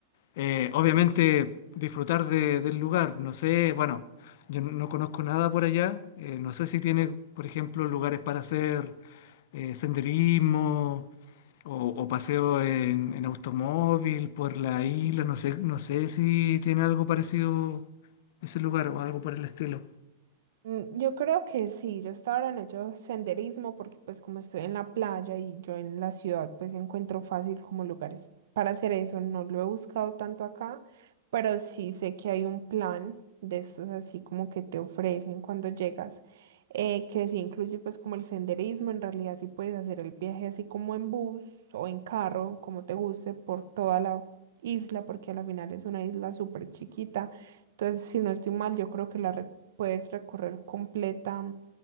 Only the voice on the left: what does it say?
Eh, obviamente disfrutar de- del lugar, no sé, bueno, yo no conozco nada por allá, eh, no sé si tiene, por ejemplo, lugares para hacer eh, senderismo o, o paseo en, en automóvil por la isla. No sé, no sé si tiene algo parecido ese lugar o algo por el estilo.